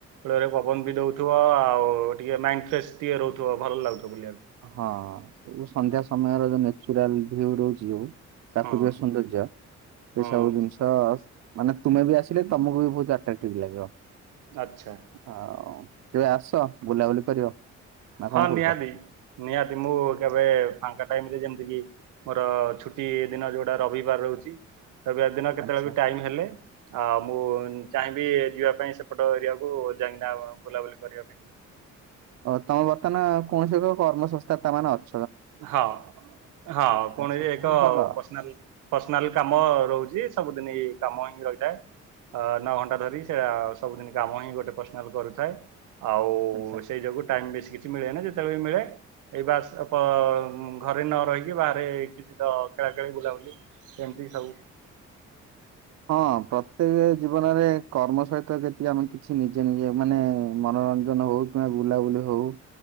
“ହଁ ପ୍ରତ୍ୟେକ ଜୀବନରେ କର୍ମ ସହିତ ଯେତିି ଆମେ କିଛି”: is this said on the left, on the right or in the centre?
Right